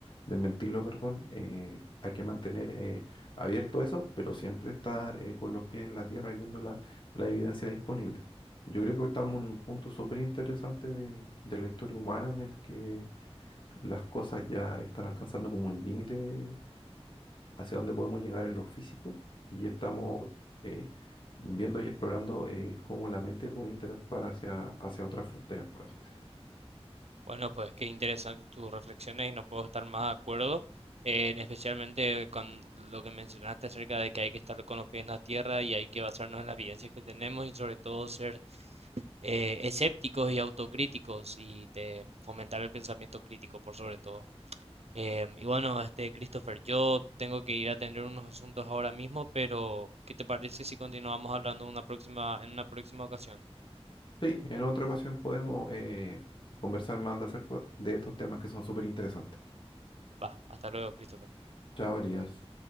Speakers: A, on the left; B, on the right.
A: desmentirlo, perdón, eh, hay que mantener eh, abierto eso, pero siempre estar eh, con los pies en la tierra y viendo la, la evidencia disponible. Yo creo que estamos en un punto súper interesante de, de la historia humana en el que las cosas ya están alcanzando como un límite hacia dónde podemos llegar en lo físico y estamos eh, viendo y explorando eh, cómo la mente puede interactuar hacia, hacia otras fronteras, por así decirlo.
B: Bueno, pues qué interesante tus reflexiones y no puedo estar más de acuerdo, eh, en especialmente con lo que mencionaste acerca de que hay que estar con los pies en la tierra y hay que basarnos en las evidencias que tenemos y sobre todo ser eh, escépticos y autocríticos y te- fomentar el pensamiento crítico por sobre todo. Em, y bueno, este Christopher, yo tengo que ir a atender unos asuntos ahora mismo, pero ¿qué te parece si continuamos hablando en una próxima, en una próxima ocasión?
A: Sí, en otra ocasión podemos eh, conversar más de acerca de estos temas que son súper interesantes.
B: Va, hasta luego, Christopher.
A: Chao, Elías.